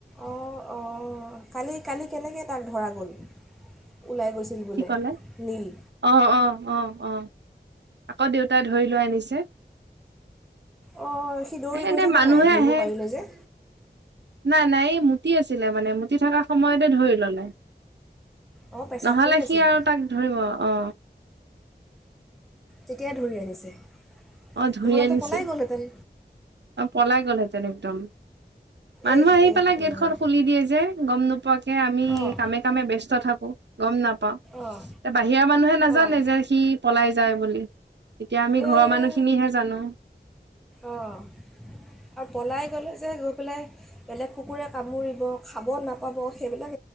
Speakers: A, in the centre; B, on the right.
A: অ অ কালি কালি কেনেকৈ তাক ধৰা গ'ল। ওলাই গৈছিল বোলে
B: কি কলে
A: নীল
B: অ অ অ অ আকৌ দেউতাই ধৰি লৈ আনিছে।
A: অ সি দৌৰি
B: এ এনে
A: গৈ থকা
B: মানুহে
A: নাই, ধৰিব
B: আহে
A: পাৰিলে যে
B: নাই নাই। এই মুতি আছিলে মানে, মুতি থকা সময়তে ধৰি ল'লে।
A: অঁ পেচাব
B: ন'হলে
A: কৰি আছিলে
B: সি আৰু তাক ধৰিব, অ
A: তেতিয়াাই ধৰি আনিছে
B: অ ধৰি
A: নহ'লেতো
B: আনিছে
A: পলাই গ'লহেঁতেন
B: অ পলাই গলহেঁতেন একদম মানুহ
A: এহ
B: আহি
A: এহ
B: পেলাই গেটখন
A: এহ
B: খুলি দিয়ে যে গম নোপোৱাকে আমি
A: অঁ
B: কামে কামে ব্যস্ত থাকো গম নাপ
A: অঁ
B: ত বাহিৰা মানুহে নাজানে
A: অঁ
B: যে, সি পলাই যায় বুলি। এতিয়া আমি ঘৰৰ
A: এই
B: মানুহ এয়া জানো।
A: অঁ আৰু পলাই গ'লে যে গৈ পেলাই বেলেগ কুকুৰে কামুৰিব খাব নাপাব সেইবিলাক